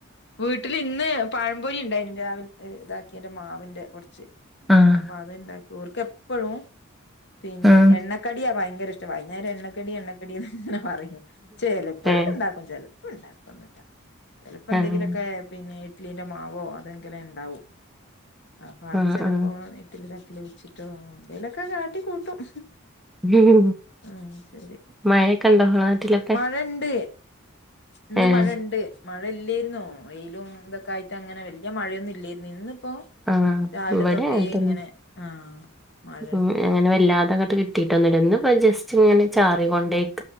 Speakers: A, on the left; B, in the centre.
A: <unintelligible> വീട്ടിൽ ഇന്ന് പഴംപൊരി ഉണ്ടായിന് രാവില ഇതാക്കി ന്റെ മാവിന്റെ കുറച്ച്
B: ആഹ്
A: അപ്പൊ അത് ഇണ്ടാക്കി ഓർക്ക എപ്പഴും പിന്നെ
B: ആഹ്
A: എണ്ണക്കടിയാ ഭയങ്കര ഇഷ്ടമായി ഞ എണ്ണക്കടി എണ്ണക്കടിന്ന് ഇങ്ങനെ പറയുന്നു ചില എപ്പോഴൊക്കെ
B: ഏഹ്
A: ഉണ്ടാക്കും ചെില ഉണ്ടാക്കുംന്നറ്റ ചിലപ്പോ എന്തെങ്കിലുമൊക്കെ
B: ആഹ്
A: പിന്നെ ഇഡ്ലിന്റെ മാവോ അതെങ്കിലെ ഉണ്ടാവും അപ്പൊ അത്
B: ആഹ്
A: ചിലപ്പോ
B: ആഹ്
A: ഇത്തിൽ തട്ടൽ ഒിച്ചിട്ടോ എന്തേലൊക്കെ കാട്ടി കൂട്ടും
B: അങ്ങനെ
A: ഉ ഉ ശരി
B: മഴയൊക്കെ ഉണ്ടോ
A: ഉ
B: ഇങ്ങളെ നാട്ടിലൊക്കെ
A: മഴണ്ട് ഇന്ന്
B: ഏഹ്
A: മഴണ്ട് മഴ ഇല്ലായിുന്നോ വെയില് ഇതൊക്കെ ആയിട്ട് അങ്ങനെ വലിയ മഴയൊന്നും ഇല്ലായിരുന്നു ഇന്ന് ഇപ്പോൊ
B: ആഹ്
A: രാവിലെ
B: ഇവിടെ
A: തൊട്ടേ
B: അങ്ങനെ തന്നെ
A: ഇങ്ങനെ ആ മഴ
B: ഉം അങ്ങനെ വല്ലാത അങ്ങട്ട് കിട്ടീട്ടൊന്നുമല്ലോ ഇന്ന് ഇ ജസ്റ്റ് ഇങ്ങനെ ചാറി കൊണ്ടേ